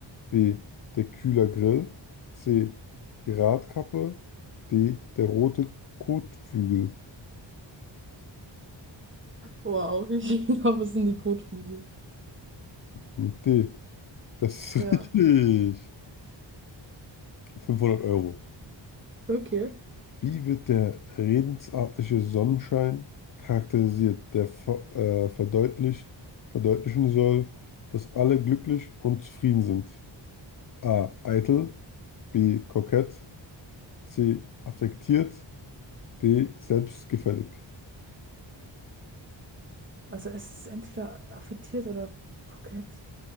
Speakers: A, on the left; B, on the right.
A: B. der Kühlergrill, C. die Radkappe, D. der rote Kotflügel
B: Wow, ich <laughs> glaube, es sind die Kotflügel.
A: mit D. Das ist
B: Ja.
A: <laughs> richtig. 500 Euro.
B: Okay.
A: Wie wird der redensartliche Sonnenschein charakterisiert, der ver äh, verdeutlicht, verdeutlichen soll, dass alle glücklich und zufrieden sind? A. Eitel, B. Kokett, C. Affektiert, D. Selbstgefällig.
B: Also es ist entweder affektiert oder kokett.